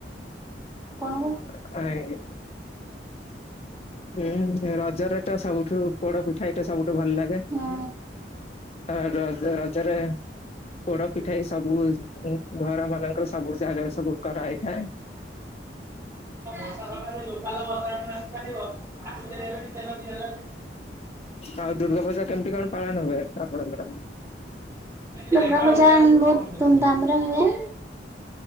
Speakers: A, on the right (about 15°); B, on the left (about 35°).
A: ଆପଣଙ୍କୁ?
B: <unintelligible> ଉଁ ରଜରେ ତ ସବୁଠୁ ପୋଡ଼ ପିଠା ଏଇଟା ସବୁଠୁ ଭଲ ଲାଗେ,
A: ହୁଁ
B: ଆ ରଜ ରଜରେ ପୋଡ଼ ପିଠା ସବୁ ଘର ମାନଙ୍କର ସବୁ ଜାଗାରେ ସବୁ କରାହେଇଥାଏ।
A: ହୁଁ। <unintelligible>
B: ଆଉ ଦୁର୍ଗା ପୂଜା କେମିତି କଣ ପାଳନ ହୁଏ ଆପଣଙ୍କର?
A: ଦୁର୍ଗାପଜା ବହୁତ ଧୁମଧାମରେ ହୁଏ।